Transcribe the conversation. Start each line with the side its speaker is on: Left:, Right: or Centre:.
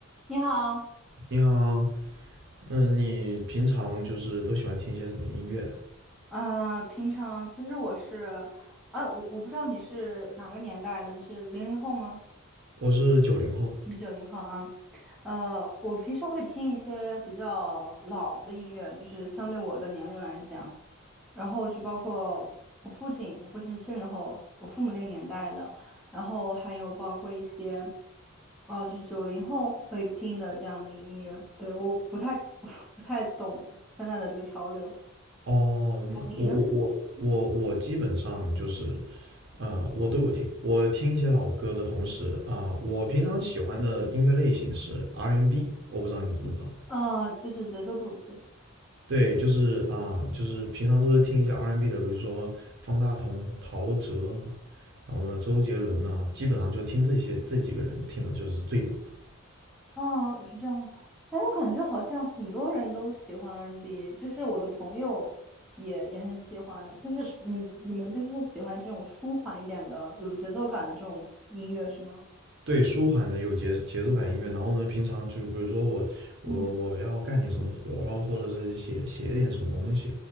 Centre: 你好，
Right: 你好，嗯，你平常就是都喜欢听一些什么音乐啊？
Centre: 呃，平常其实我是，呃，我我不知道你是哪个年代的，你是零零后吗？
Right: 我是九零后。
Centre: 你是九零后啊？呃，我平时会听一些比较老的音乐，就是相对我的年龄来讲，然后就包括我父亲，我父亲是七零后，我父母那个年代的，然后还有包括一些，哦、就是九零后会听的这样的一个音乐，对，我不太 <laughs> 不太懂现在的这个潮流，
Right: 哦，你我我我我我基本上就是，
Centre: 你呢？
Right: 呃，我都有听。我听一些老歌的同时啊，我平常喜欢的音乐类型是 R&B，n 我不知道你知不知道。
Centre: 呃，就是节奏布鲁斯。
Right: 对，就是啊，就是平常都是听一些 R&B n 的，比如说方大同、陶喆啊，然后呢，周杰伦呐、基本上就听这些这几个人听的就是最多。的。
Centre: 哦，是这样子。哎，我感觉好像很多人都喜欢 R&B，就是我的朋友也也很喜欢。就是你你们就是会喜欢这种舒缓一点的、有节奏感的这种音乐是吗？
Right: 对，舒缓的有节节奏感音乐，然后呢，平常就比如说我我我要干点什么活啊，
Centre: 嗯
Right: 或者是写写点什么东西，